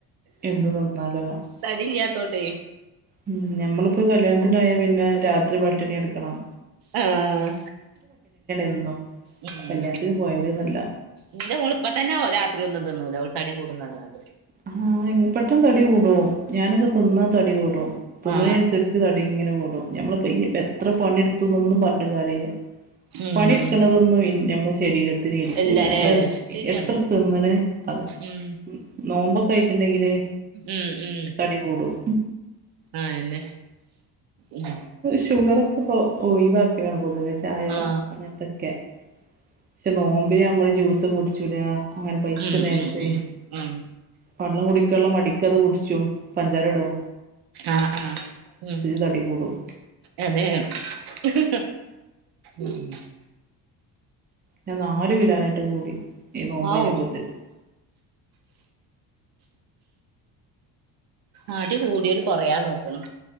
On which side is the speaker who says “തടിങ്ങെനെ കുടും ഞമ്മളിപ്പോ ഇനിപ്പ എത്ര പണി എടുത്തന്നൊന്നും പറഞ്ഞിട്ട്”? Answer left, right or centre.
Right